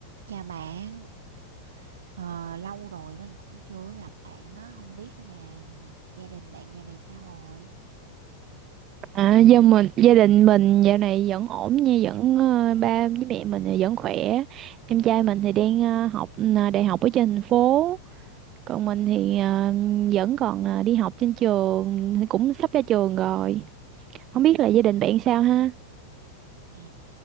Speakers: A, on the right; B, on the right.
A: Chào bạn, ờ, lâu rồi mình cũng chưa gặp bạn á, không biết là gia đình bạn dạo này sao rồi?
B: À, do mình gia đình mình dạo này vẫn ổn nha, vẫn ờ, ba với mẹ mình thì vẫn khỏe. Em trai mình thì đang ờ, học ờ, đại học ở trên thành phố, còn mình thì ờ, vẫn còn ờ, đi học trên trường, cũng sắp ra trường rồi. Không biết là gia đình bạn sao ha?
A: À,